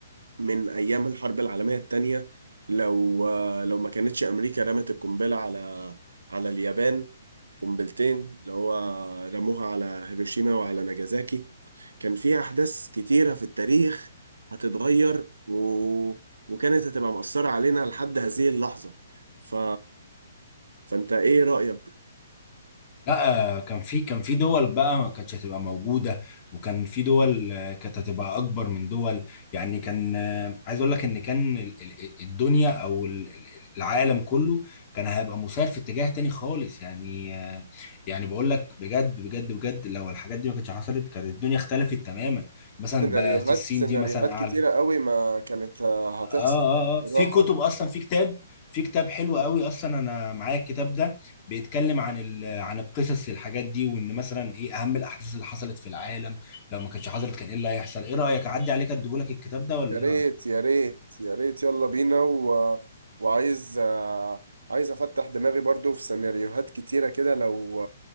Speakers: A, on the right; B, on the left.
A: من ايام الحرب العالميه الثانيه لو لو ما كانتش امريكا رمت القنبله على على اليابان قنبلتين اللي هو رموها على هيروشيما وعلى ناجازاكي كان فيها احداث كتيره في التاريخ هتتغير و... وكانت هتبقى مؤثره علينا لحد هذه اللحظه ف فانت ايه رايك
B: لا آه، كان في كان في دول بقى ما كانتش هتبقى موجوده وكان في دول آه، كانت هتبقى اكبر من دول يعني كان آه، عايز اقول لك ان كان ال- ال- الدنيا او ال- ال- العالم كله كان هيبقى مسار في اتجاه تاني خالص يعني آه، يعني بقول لك بجد بجد بجد لو الحاجات دي ما كانتش حصلت كانت الدنيا اختلفت تماما مثلا
A: سيناريوهات
B: بس الصين
A: سيناريوهات
B: دي مثلا اعلى
A: كتيرة قوي ما كانت آه، هتحصل
B: اه اه آه.
A: بصراحة
B: في كتب اصلا في كتاب في كتاب حلو قوي اصلا انا معايا الكتاب ده بيتكلم عن ال... عن القصص الحاجات دي وان مثلا ايه اهم الاحداث اللي حصلت في العالم لو ما كانتش حصلت كان ايه اللي هيحصل ايه رايك اعدي عليك اديهولك الكتاب ده ولا
A: يا
B: ايه
A: ريت
B: رايك
A: يا ريت يا ريت يلا بينا و... وعايز آه، عايز افتح دماغي برضو في سيناريوهات كتيرة كده لو